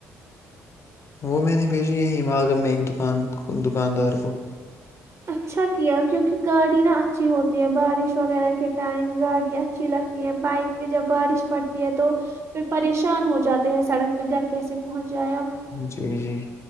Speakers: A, on the left; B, on the right.
A: وہ میں نے بھیجی یہی ماگم میں ایک دکان دکاندار کو
B: اچھا کیا کیوںکہ گاڑی نہا اچھی ہوتی ہے بارش وغیرہ کے ٹائم گاڑی اچھی لگتی ہے بائک پہ جب بارش پڑتی ہے تو پھر پریشان ہو جاتے ہیں سڑک پہ گھر کیسے پہنچ جائے اب
A: جی جی